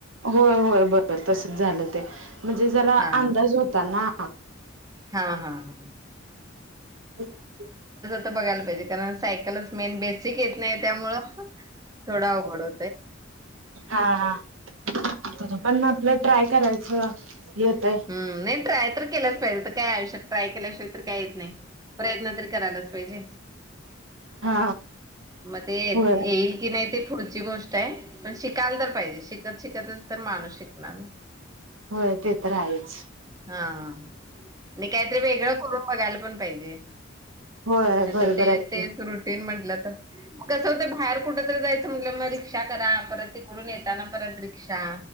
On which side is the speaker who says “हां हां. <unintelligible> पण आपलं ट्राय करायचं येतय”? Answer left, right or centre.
Right